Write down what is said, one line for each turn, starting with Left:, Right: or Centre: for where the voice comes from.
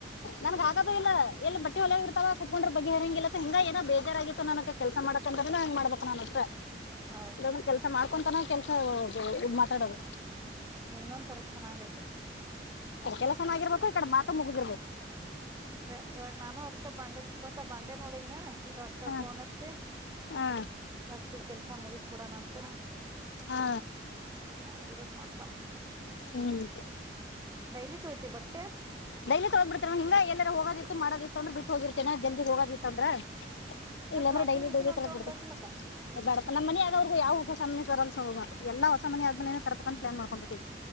Left: ನನ್ಗ್ ಆಗೋದು ಇಲ್ಲ ಎಲ್ಲಿ ಬಟ್ಟಿ ಹೊಲಂಗ ಇತ ಕ ಕುತ್ಕೊಂಡ್ರ ಬಗ್ರಂಗ ಇಲ್ಲತ್ತ ಹಿಂಗ ಏನೋ ಬೇಜಾರ ಆಗಿತ್ತು ನನಗೆ ಕೆಸ ಮಾಡಕ್ರೆ. ಅ ಹೆಂಗ್ ಮಾಡ್ಬೇಕ ನುತ್ತೆ
Right: ಹೌದು
Left: <unintelligible> ಕೆಲ್ಸ ಮಾಡ್ಕೊಂತನ ಕೆಲ್ಸ ಮಾತಾಡೋದು.
Right: ನಿನ್ನೊಂದ್ ತರ ಚೆನ್ನಾಗ ಐತಕ್.
Left: ಕ ಕೆಲಸನಾಗಿರ್ಬೇಕು ಈ ಕಡೆ ಮಾತ ಮುಗುದಿರ್ಬೇಕು.
Right: ಸರಿ ಇವಾಗ ನಾನು ಅದಕ ಬಂಡೆ ತಿಕ್ಕಕೊತ ಬಂಡೆ ನೋಡಿದ್ನ ಇ ಅಕ್ಕ
Left: ಹಾ
Right: ಫೋನ್ ಹಚ್ಚಿ.
Left: ಹಾ
Right: ಫಸ್ಟ್ ಈ ಕೆಲ್ಸ ಮುಗಿಸ್ಬಿಡ ನಂತರ.
Left: ಹಾ
Right: ಯ ಇದಲ್ಲ ಮಾಡ್ತಾನ.
Left: ಹ್ಮ್.
Right: ಡೈಲಿ ತೋಯ್ತಿ ಬಟ್ಟೆ.
Left: ಡೈಲಿ ತಗೊಂಡ್ ಬಿರ್ತೇನೆ ಹಿಂಗ ಎಲ್ಲಾರ ಹೋಗೋದಿತ್ತು ಮಾಡೋದಿತ್ತುಂದ್ರೆ ಬಿಟ್ಟು ಹೋಗಿರ್ತೇನೆ ಜಲ್ದಿ ಹೋಗೋದಿತ್ತು ಅಂದ್ರೆ.
Right: ಮತ್
Left: ಇಲ್ಲಾಂದ್ರೆ
Right: ವಾಷಿಂಗ್
Left: ಡೈಲಿ
Right: ಮಿಷಿನ್
Left: ಡೈಲಿ
Right: ಒಂದ್
Left: ತಡದಬಡ್ದೆ
Right: ತಗೊಂಡ್ಬಿಡಕಿಲ್ಲಕ್ಕ
Left: ಬಡ ನಮ್ಮನ ಆ ಆದೋವ್ರಗು ಯಾವ ಹೊಸ. ಯಲ್ಲ ಹೊಸ ಮನಿ ಆದ್ಮೇಲೆನೆ ತರಬೇಕು ಅಂತ ಪ್ಲಾನ್ ಮಾಡ್ಕೊಂಡಿದೀವಿ.